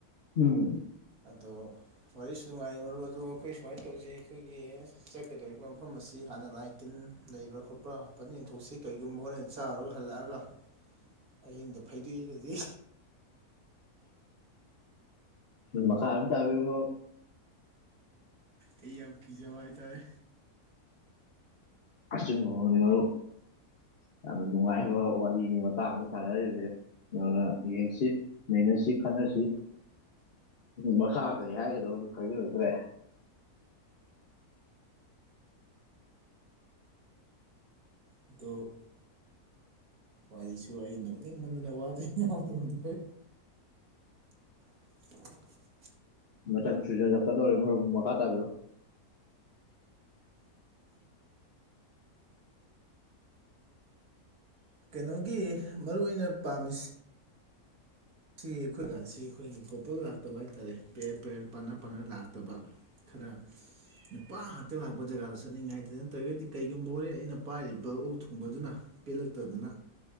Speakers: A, on the left (about 45°); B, on the right (about 70°).
A: ꯎꯝ꯫
B: ꯑꯗꯣ꯫ ꯋꯥꯔꯤꯁꯨ ꯅꯨꯡꯉꯥꯏꯔꯤ ꯃꯔꯨꯞ ꯑꯗꯣ ꯑꯩꯈꯣꯏ ꯁꯨꯃꯥꯏꯅ ꯇꯧꯖꯤ ꯑꯩꯈꯣꯏꯒꯤ ꯆꯠꯀꯗꯧꯔꯤꯕ ꯃꯐꯝ ꯑꯁꯤ ꯍꯥꯟꯅ ꯂꯥꯏ꯫ ꯇꯤꯟ ꯂꯩꯕ꯭ꯔꯥ ꯈꯣꯠꯄ꯭ꯔꯥ ꯐꯖꯟ ꯌꯦꯡꯊꯣꯛꯁꯤ ꯀꯩꯒꯨꯝꯕ ꯍꯣꯔꯦꯟ ꯆꯥꯔꯨꯔꯒ ꯍꯜꯂꯛꯑꯒ꯫ ꯑꯍꯤꯡꯗ ꯐꯩꯗꯦꯛꯑꯗꯤ
A: ꯃꯈꯥ ꯑꯗꯨꯝ ꯇꯕꯤꯌꯨ ꯃꯔꯨꯞ꯫
B: ꯑꯩ ꯌꯥꯝ ꯀꯤꯖꯕ ꯍꯥꯏꯇꯥꯔꯦ꯫
A: ꯑꯆꯨꯝꯕ ꯃꯛꯅꯤ ꯃꯔꯨꯞ ꯌꯥꯝꯅ ꯅꯨꯡꯉꯥꯏꯕ ꯋꯥꯔꯤꯅꯤ ꯃꯇꯥꯡꯗ ꯁꯤꯗ ꯁꯥꯟꯅꯔꯤꯁꯤ ꯑꯗꯨꯅ ꯌꯦꯡꯁꯤ ꯅꯩꯅꯁꯤ ꯈꯟꯅꯁꯤ꯫ ꯃꯈꯥ ꯀꯔꯤ ꯍꯥꯏꯒꯗꯕꯅꯣ ꯈꯪꯖꯤꯜꯂꯛꯇ꯭ꯔꯦ꯫
B: ꯑꯗꯣ꯫ ꯋꯥꯔꯤꯁꯨ ꯑꯩ ꯅꯣꯛꯅꯤꯡꯃꯟꯗꯅ ꯋꯥꯔꯤ ꯉꯥꯡ ꯉꯝꯗ꯭ꯔꯦ <inaudible>
A: ꯃꯇꯝ ꯆꯨꯖꯜꯂꯛꯀꯗꯧꯔꯦ ꯃꯔꯨꯞ ꯃꯈꯥ ꯇꯥꯕꯤꯔꯛꯑꯣ꯫
B: ꯀꯩꯅꯣꯒꯤ ꯃꯔꯨꯞ ꯑꯩꯅ ꯄꯥꯝꯃꯤꯁꯤ꯫ ꯁꯤ ꯑꯩꯈꯣꯏꯒꯁꯤ ꯑꯩꯈꯣꯏꯒꯤ ꯀꯣꯄꯜ ꯂꯥꯛꯇꯕ ꯍꯥꯏꯇꯥꯔꯦ ꯄꯦꯔ ꯄꯦꯔ ꯄꯥꯠꯅꯦꯄꯥꯠꯅꯔ ꯂꯥꯛꯇꯕ꯫ ꯈꯔ꯫ ꯅꯨꯄꯥ ꯉꯥꯛꯇ ꯂꯥꯛꯄ ꯖꯒꯥꯗ ꯆꯠꯅꯤꯡꯉꯥꯏ ꯍꯥꯏꯇꯤ ꯅꯠꯇ꯭ꯔꯒꯗꯤ ꯀꯩꯒꯨꯝꯕ ꯍꯣꯔꯦꯟ ꯑꯩꯅ ꯄꯥꯏꯔꯤꯕ ꯑꯣꯛ ꯊꯣꯡꯕꯗꯨꯅ꯫ ꯄꯦꯜꯂꯛꯇꯗꯅ